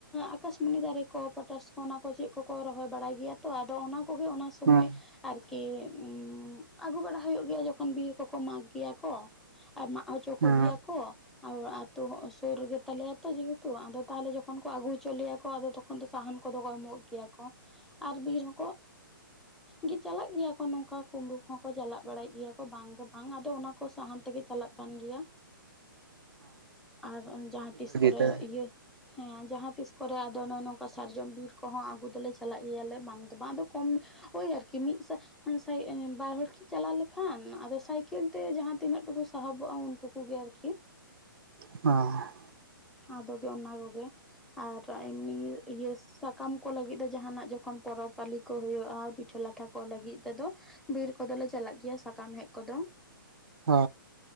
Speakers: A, in the centre; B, on the right.
A: ᱟᱠᱟᱥᱢᱩᱱᱤ ᱫᱟᱨᱮ ᱠᱚ, ᱯᱚᱴᱟᱥ ᱠᱚ ᱚᱱᱟ ᱠᱚ ᱪᱮᱜ ᱠᱚᱠᱚ ᱨᱚᱦᱚᱭ ᱵᱟᱲᱟᱭ ᱜᱮᱭᱟ ᱛᱚ, ᱟᱫᱚ ᱚᱱᱟ ᱠᱚᱜᱮ ᱚᱱᱟ ᱥᱚᱢᱚᱭ
B: ᱦᱮᱸ
A: ᱟᱨᱠᱤ ᱩᱸ ᱟᱹᱜᱩ ᱵᱟᱲᱟ ᱦᱩᱭᱩᱜ ᱜᱮᱭᱟ ᱡᱚᱠᱷᱚᱱ ᱵᱤᱨ ᱠᱚᱠᱚ ᱢᱟᱜᱽ ᱜᱮᱭᱟ ᱠᱚ ᱾ ᱟᱨ ᱢᱟᱜ ᱦᱚᱪᱚ ᱠᱚᱜᱮᱭᱟ
B: ᱦᱮᱸ
A: ᱠᱚ ᱟᱨ ᱟᱹᱛᱩ ᱦᱚᱸ ᱥᱩᱨ ᱜᱮᱛᱟ ᱞᱮᱭᱟ ᱾ ᱡᱮᱦᱮᱛᱩ ᱟᱫᱚ ᱛᱟᱦᱚᱞᱮ ᱡᱚᱠᱷᱚᱱ ᱠᱚ ᱟᱹᱜᱩ ᱦᱚᱪᱚ ᱞᱮᱭᱟ ᱠᱚ ᱟᱫᱚ ᱛᱚᱠᱷᱚᱱ ᱫᱚ ᱥᱟᱦᱟᱱ ᱠᱚᱫᱚ ᱠᱚ ᱮᱢᱚᱜ ᱜᱮᱭᱟ ᱠᱚ ᱾ ᱟᱨ ᱵᱤᱨ ᱦᱚᱸᱠᱚ ᱜᱮ ᱪᱟᱞᱟᱜ ᱜᱮᱭᱟ ᱠᱚ ᱱᱚᱝᱠᱟ ᱠᱩᱢᱵᱽᱲᱩ ᱠᱚᱦᱚᱸ ᱠᱚ ᱪᱟᱞᱟᱜ ᱵᱟᱲᱟᱭ ᱜᱮᱭᱟ ᱠᱚ ᱵᱟᱝ ᱜᱮ ᱵᱟᱝ ᱟᱫᱚ ᱚᱱᱟ ᱠᱚ ᱥᱟᱦᱟᱱ ᱛᱮᱜᱮ ᱪᱟᱞᱟᱜ ᱠᱟᱱ ᱜᱮᱭᱟ, ᱟᱨ ᱡᱟᱦᱟᱸ ᱛᱤᱥ ᱠᱚᱨᱮ
B: ᱛᱮ
A: ᱤᱭᱟᱹ ᱦᱮᱸ ᱡᱟᱦᱟᱸ ᱛᱤᱥ ᱠᱚᱨᱮ ᱟᱫᱚ ᱱᱚᱜ-ᱚᱭ ᱱᱚᱝᱠᱟ ᱥᱟᱨᱡᱚᱢ ᱵᱤᱨ ᱠᱚᱦᱚᱸ ᱟᱹᱜᱩ ᱫᱚᱞᱮ ᱪᱟᱞᱟᱜ ᱜᱮᱭᱟᱞᱮ ᱵᱟᱝ ᱫᱚ ᱵᱟᱝ, ᱟᱫᱚ ᱠᱚᱢ ᱳᱭ ᱟᱨᱠᱤ ᱢᱤᱫ ᱥᱟ <unintelligible> ᱵᱟᱨ ᱦᱚᱲ ᱠᱤᱱ ᱪᱟᱞᱟᱣ ᱞᱮᱠᱷᱟᱱ ᱟᱫᱚ ᱥᱟᱭᱠᱮᱞ ᱛᱮ ᱡᱟᱦᱟᱸ ᱛᱤᱱᱟᱹᱜ ᱴᱩᱠᱩ ᱥᱟᱦᱚᱵᱚᱜᱼᱟ ᱩᱱᱴᱩᱠ ᱠᱚᱜᱮ ᱟᱨᱠᱤ ᱾
B: ᱚᱸ ᱾
A: ᱟᱫᱚ ᱫᱚ ᱚᱱᱟ ᱠᱚᱜᱮ, ᱟᱨ ᱮᱢᱱᱤ ᱤᱭᱟᱹ ᱥᱟᱠᱟᱢ ᱠᱚ ᱞᱟᱹᱜᱤᱫ ᱫᱚ ᱡᱟᱦᱟᱱᱟᱜ ᱡᱚᱠᱷᱚᱱ ᱯᱚᱨᱚᱵᱽ ᱯᱟᱹᱞᱤ ᱠᱚ ᱦᱩᱭᱩᱜᱼᱟ, ᱯᱤᱴᱷᱟᱹ ᱞᱟᱴᱷᱟ ᱠᱚ ᱞᱟᱹᱜᱤᱫ ᱛᱮᱫᱚ ᱵᱤᱨ ᱠᱚᱫᱚ ᱞᱮ ᱪᱟᱞᱟᱜ ᱜᱮᱭᱟ ᱥᱟᱠᱟᱢ ᱦᱮᱡ ᱠᱚᱫᱚ ᱾
B: ᱚ